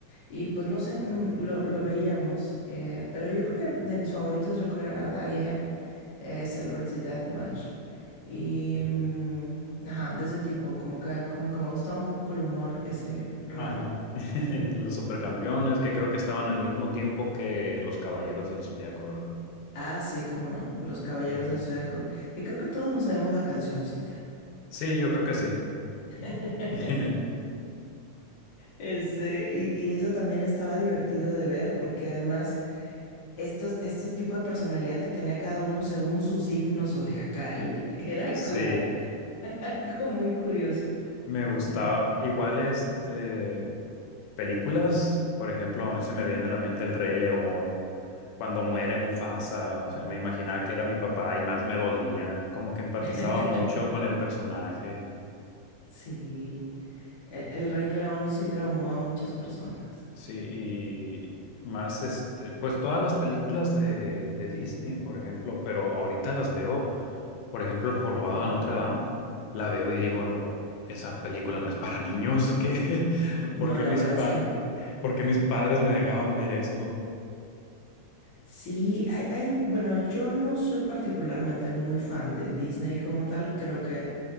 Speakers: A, on the left; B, on the left.
A: Y pues no sé, mm, lo, lo veíamos, eh, pero yo creo que de mis favoritos yo creo era Daria, eh, Celebrity Deathmatch. Y,
B: sí,
A: mm, ajá, de ese tipo, como que, como que me gustaba un poco el humor ese raro.
B: ajá. <laughs> Los supercampeones que creo que estaban al mismo tiempo que los Caballeros del Zodiaco, ¿verdad?
A: Ah, sí, cómo no, Los Caballeros
B: Sí.
A: del Zodiaco, que creo que todos nos sabemos la cancioncita.
B: Sí, yo creo que sí.
A: <laughs>
B: <laughs>
A: Este, y, y eso también estaba divertido de ver, porque además estos, este tipo de personalidad que tenía cada uno según su signo zodiacal <laughs> era
B: Sí,
A: como algo muy curioso.
B: me gustaba. Igual, este, películas, por ejemplo, a mí se me viene a la mente El Rey León, cuando muere Mufasa, o sea, me imaginaba que era mi papá y más me dolía, como que empatizaba
A: <laughs>
B: mucho con el personaje.
A: Sí, el, el Rey León sí traumó a muchas personas.
B: Sí, y más este, pues todas las películas de, de Disney, por ejemplo, pero ahorita las veo, por ejemplo, El Jorobado de Notre Dame, la veo y digo, no, esa película no es para niños, ¿qué? <laughs>
A: No,
B: ¿Por qué
A: la
B: mis
A: verdad
B: pa-
A: es que no.
B: por qué mis padres me dejaban ver esto?
A: Sí, hay, hay, bueno, yo no soy particularmente muy fan de Disney como tal. Creo que